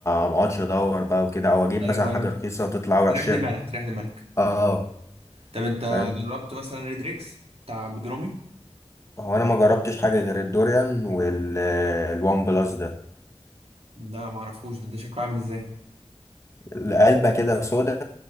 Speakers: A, on the left (about 25°); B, on the right (about 65°).
A: ما اقعدش ادور بقى وكده او اجيب
B: ايوه
A: مثلا حاجه
B: ايوه
A: رخيصه وتطلع وحشه
B: تريح دماغك تريح دماغك
A: اه
B: طب انت
A: فاهم
B: جربت مثلا ريدريكس بتاع بجرومي
A: هو انا ما جربتش حاجه غير الدوريان والوان بلس ده
B: ده معرفوش ده, ده شكله عامل ازاي
A: العلبه كده سودا